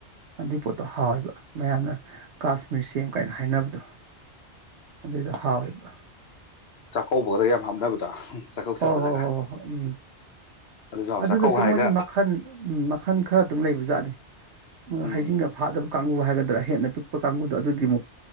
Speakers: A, on the right; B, on the left.
A: ꯑꯗꯨꯏ ꯄꯣꯠꯇꯣ ꯍꯥꯎꯋꯦꯕ ꯃꯌꯥꯝꯅ ꯀꯥꯁꯃꯤꯔ ꯁꯦꯝ ꯀꯥꯏꯅ ꯍꯥꯏꯅꯕꯗꯣ ꯑꯗꯨꯏꯗꯣ ꯍꯥꯎꯋꯦꯕ
B: ꯆꯥꯛꯀꯧꯕꯒꯗ ꯌꯥꯝ ꯍꯥꯞꯅꯕꯗꯣ ꯆꯥꯛꯀꯧ ꯆꯠꯄꯗꯒ
A: ꯍꯣꯏ ꯍꯣꯏ ꯍꯣꯏ ꯍꯣꯏ ꯍꯣꯏ ꯎꯝ
B: ꯑꯗꯨꯁꯨ ꯍꯥꯎꯋꯤ
A: ꯑꯗꯨꯗꯁꯨ
B: ꯆꯥꯛꯀꯧ ꯍꯥꯏꯔꯒ
A: ꯃꯣꯏꯁꯦ ꯃꯈꯟ ꯎꯝ ꯃꯈꯟ ꯈꯔ ꯑꯗꯨꯝ ꯂꯩꯕꯖꯥꯠꯅꯤ ꯃꯣꯏ
B: ꯎꯝ
A: ꯍꯩꯖꯤꯡꯒ ꯐꯥꯗꯕ ꯀꯥꯡꯕꯨ ꯍꯥꯏꯒꯗ꯭ꯔꯥ ꯍꯦꯟꯅ ꯄꯤꯛꯄ ꯀꯥꯡꯕꯨꯗꯣ ꯑꯗꯨꯗꯤ ꯃꯨꯛ